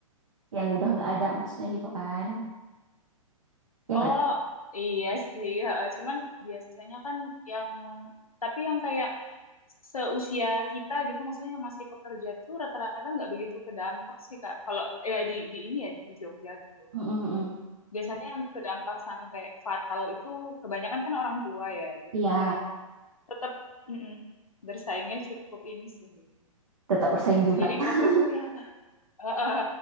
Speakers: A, on the right; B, on the left.
A: yang udah nggak ada maksudnya gitu kan, ya nggak?
B: Oh iya sih, heeh. Cuman biasanya kan yang tapi yang kayak seusia kita gitu, maksudnya yang masih pekerja tuh rata-rata nggak begitu kedampak sih Kak. Kalau ya di di ini ya di Jogja gitu.
A: Mm, mm, mm. mm.
B: Biasanya yang kedampak sampai fatal itu kebanyakan kan orang tua ya. Jadi
A: Iya,
B: kayak tetap mm-mm, bersaingnya cukup ini sih. gitu.
A: tetap bersaing juga.
B: Jadi
A: Nah,
B: waktu itu ya eh, eh,